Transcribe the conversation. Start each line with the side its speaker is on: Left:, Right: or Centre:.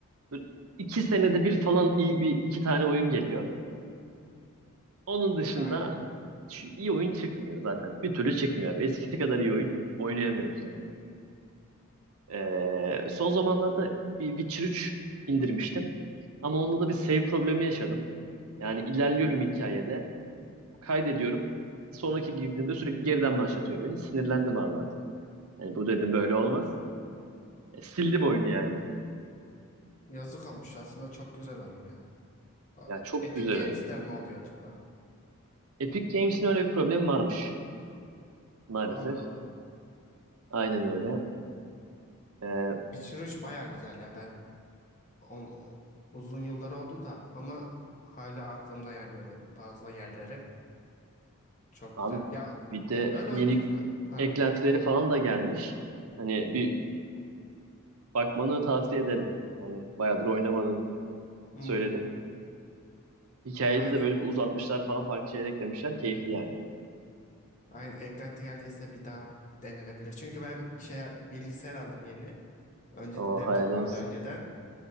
Right: böyle iki senede bir falan iyi bir iki tane oyun geliyor. Onun dışında
Left: Aynen.
Right: şu iyi oyun çıkmıyor zaten. Bir türlü çıkmıyor abi. Eskisi kadar iyi oyun oynayamıyoruz yani. Ee, son zamanlarda bir Witcher üç indirmiştim. Ama onda da bir save problemi yaşadım. Yani ilerliyorum hikayede. Kaydediyorum. Sonraki girdiğinde sürekli geriden başlatıyor beni. Sinirlendim abi artık. Hani bu dedim böyle olmaz. E, sildim oyunu yani.
Left: Yazık olmuş aslında çok güzel oyun ya. A-
Right: Ya çok
Left: Epic
Right: güzel
Left: Games'ten
Right: oyun.
Left: mi oluyor acaba?
Right: Epic Games'in öyle bir problemi varmış maalesef.
Left: Allah Allah.
Right: Aynen öyle. E,
Left: Witcher 3 baya güzel ya ben on, uzun yıllar oldu da ama hala aklımda yani böyle bazı yerleri çok
Right: abi
Left: güzel. Ya
Right: bir de
Left: öyle
Right: yeni
Left: oyunlar
Right: gü-
Left: ha, pardon.
Right: eklentileri falan da gelmiş. Hani bir bakmanı tavsiye ederim. Hani bayağıdır oynamadın
Left: Hmm,
Right: söyledin. Hikayede
Left: aynen.
Right: de böyle bir uzatmışlar falan farklı şeyler eklemişler. Keyifli yani.
Left: Aynen eklenti geldiyse bir daha denenebilir. Çünkü ben şey bilgisayar aldım yeni. Önce
Right: O
Left: laptop
Right: hayırlı
Left: vardı
Right: olsun.
Left: önceden.